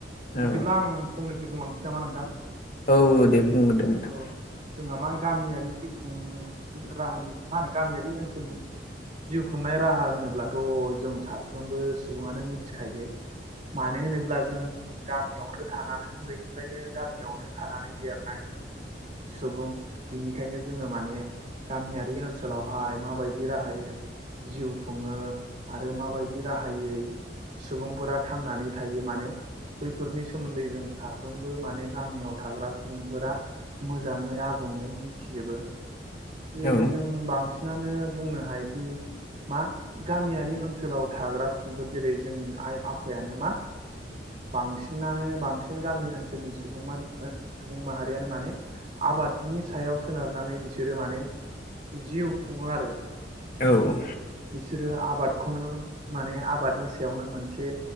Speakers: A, on the left; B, on the right.
A: औ
B: बिदिब्ला आं फंनैसो बुंलांनोसै नामा नोंथां
A: औ दे बुंग्रोरदो दे नोंथां
B: औ जोंहा मा गामियारि जिउ खुं राहानि मा होनो गामियारि ओनसोलनि जिउ खुंनाय राहा होनोब्लाथ' जों साफ्रोमबो सुबुंङानो मि मिथिखायो मानो होनोब्ला जों गामियावनो थानानै उन्दैनिफ्रायनो गामियावनो थानानै देरनाय सुबुं बिनिखायनो जोंङो माने गामियारि ओनसोलावहाय माबायदि राहायो जिउ खुंङो आरो माबायदि राहायै सुबुंफोरा थांनानै थायो माने बैफोरनि सोमोन्दै जों साफ्रोमबो माने गामियाव थाग्रा सुबुंफोरा मोजाङै आ आबुङै मिथिजोबो जेरै
A: औ
B: जों बांसिनानो बुंनो हायोदि मा गामियारि ओनसोलाव थाग्रा सुबुंफोर जेरै जोंनि आइ आफायानो मा बांसिनानो बांसिन गामि ओनसोलनि सुबुं सुबुं माहारियानो माने आबादनि सायाव सोनारनानै बिसोरो माने जिउ खुंङो आरो
A: औ
B: बिसोरो आबादखौनो माने आबादनि गोयावनो मोनसे